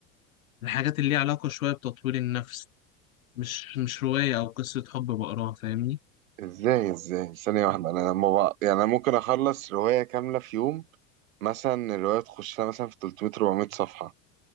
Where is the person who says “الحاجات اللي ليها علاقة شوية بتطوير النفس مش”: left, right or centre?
Left